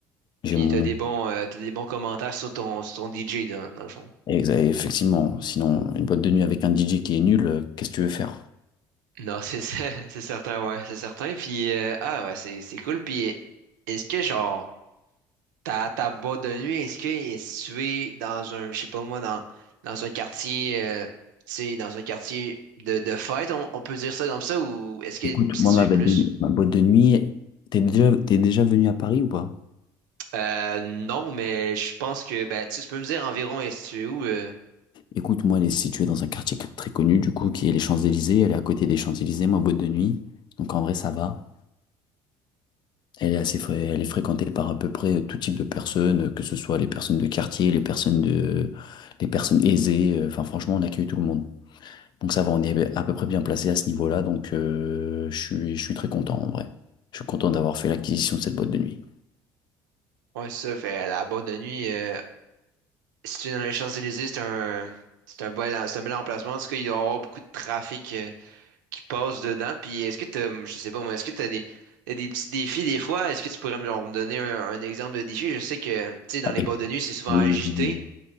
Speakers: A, on the left; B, on the right.
A: J'ai
B: Puis
A: mon...
B: t'as des bons, euh, t'as des bons commentaires sur ton, sur ton DJ, dans, dans le fond.
A: Exa- Effectivement, sinon, une boîte de nuit avec un DJ qui est nul, euh, qu'est-ce que tu veux faire?
B: Non, c'est ça, <laughs> c'est certain, ouais, c'est certain. Puis, euh, ah, ouais, c'est, c'est cool. Puis, est-ce que, genre, ta, ta boîte de nuit, est-ce que est située dans un, je sais pas moi, dans, dans un quartier, euh, tu sais, dans un quartier de, de fête, on, on peut dire ça comme ça, ou est-ce que
A: Écoute,
B: c'est
A: moi,
B: situé
A: ma boîte
B: plus.
A: de, ma boîte de nuit, t'es déjà, t'es déjà venu à Paris ou pas?
B: Euh, non, mais je pense que, ben, tu sais, tu peux me dire environ, est-ce que tu es où? euh?
A: Écoute, moi, elle est située dans un quartier très connu, du coup, qui est les Champs-Élysées. Elle est à côté des Champs-Élysées, ma boîte de nuit. Donc, en vrai, ça va. Elle est assez, fré- elle est fréquentée par à peu près tout type de personnes, que ce soit les personnes de quartier, les personnes de, les personnes aisées. euh, Enfin, franchement, on accueille tout le monde. Donc, ça va, on est à peu près bien placé à ce niveau-là. Donc, euh, je suis, je suis très content, en vrai. Je suis content d'avoir fait l'acquisition de cette boîte de nuit.
B: ouais, ça fait la boîte de nuit. Euh, si tu es dans les Champs-Élysées, c'est un, c'est un bel, c'est un bel emplacement. En tout cas, il doit y avoir beaucoup de trafic euh, qui passe dedans. Puis, est-ce que tu as, je sais pas moi, est-ce que tu as des, t'as des petits défis des fois? Est-ce que tu pourrais me genre, me donner un, un exemple de défi? Je sais que, tu sais, dans
A: Ah,
B: les
A: et-
B: boîtes de nuit, c'est souvent
A: Oui,
B: agité.
A: oui, oui.